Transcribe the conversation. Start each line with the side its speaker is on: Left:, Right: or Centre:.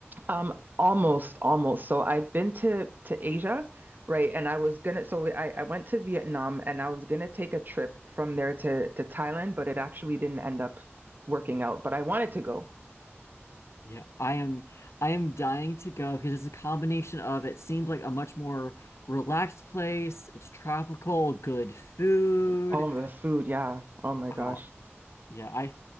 Right: Um, almost, almost. So I've been to to Asia, right? And I was gonna, so I I went to Vietnam, and I was gonna take a trip from there to to Thailand, but it actually didn't end up working out. But I wanted to go.
Left: Yeah, I am. I am dying to go because it's a combination of it seems like a much more relaxed place. It's tropical, good food.
Right: Oh, the food, yeah. Oh my gosh.
Left: Oh, yeah. I,